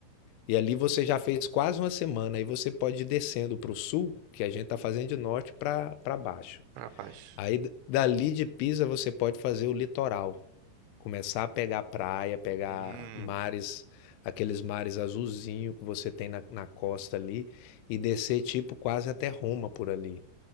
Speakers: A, on the left (about 85°); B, on the right (about 80°).
A: e ali você já fez quase uma semana. Aí você pode ir descendo para o sul, que a gente está fazendo de norte para baixo.
B: Pra baixo.
A: Aí d- dali de Pisa você pode fazer o litoral, começar a pegar praia, pegar
B: Hum.
A: mares, aqueles mares azulzinho que você tem na, na costa ali, e descer tipo quase até Roma por ali.